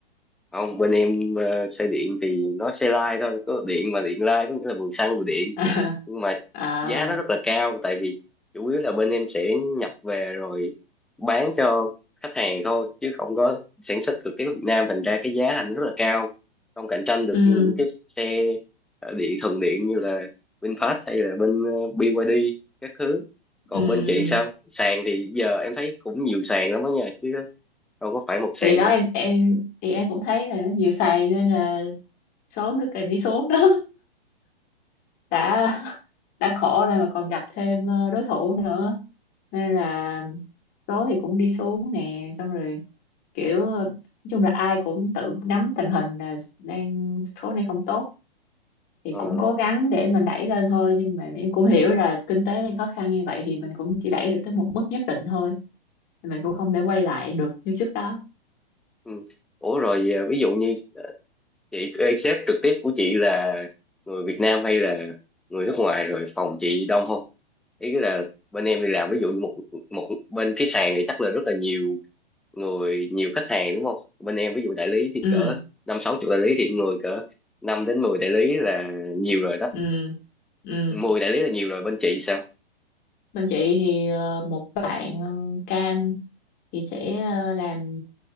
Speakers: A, in the centre; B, on the left (about 25°).
A: không bên em ờ, xe điện thì nó xe lai thôi có điện mà điện lai có nghĩa là vừa xăng vừa điện
B: <laughs>
A: nhưng mà
B: à,
A: giá nó
B: à
A: rất là cao tại vì chủ yếu là bên em sẽ nhập về rồi bán cho khách hàng thôi chứ không có sản xuất thực tế ở Việt Nam thành ra cái giá thành rất là cao không cạnh tranh được
B: ừ
A: những cái xe ờ, điện thuần điện như là VinFast hay là bên ờ, BYD các thứ còn
B: ừ
A: bên chị sao sàn thì giờ em thấy cũng nhiều sàn lắm đó nha chứ đâu có phải một sàn
B: thì đó
A: đâu
B: em em thì em cũng thấy là nó nhiều xài nên là số nó cần đi xuống đó đã đã khổ rồi mà còn gặp thêm ờ, đối thủ nữa nên là số thì cũng đi xuống nè xong rồi kiểu ờ, nói chung là ai cũng tự nắm tình hình là đang số này không tốt thì
A: Ờ.
B: cũng cố gắng để mình đẩy lên thôi nhưng mà em cũng hiểu là kinh tế đang khó khăn như vậy thì mình cũng chỉ đẩy được tới một mức nhất định thôi mình cũng không thể quay lại được như trước đó
A: Ừ. Ủa rồi à, ví dụ như à, chị cái sếp trực tiếp của chị là người Việt Nam hay là người nước ngoài rồi phòng chị đông không? Ý là bên em đi làm ví dụ như một một bên cái sàn thì chắc là rất là nhiều người nhiều khách hàng đúng không? Bên em ví dụ đại lý thì
B: ừ
A: cỡ năm sáu chục đại lý thì người cỡ 5 đến mười đại lý là nhiều rồi đó.
B: ừ ừ
A: mười đại lý là nhiều rồi bên chị sao?
B: bên chị thì ờ, một bạn ờ, cam thì sẽ ờ, làm